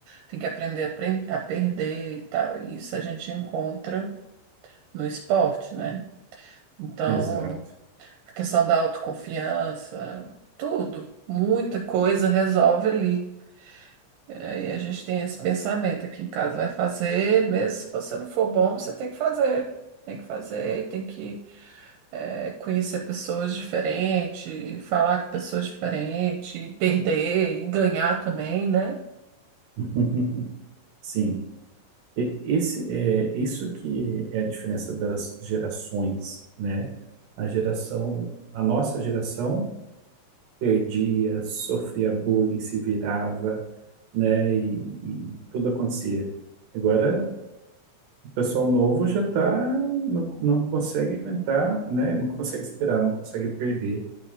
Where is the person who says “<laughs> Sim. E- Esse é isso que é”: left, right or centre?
Right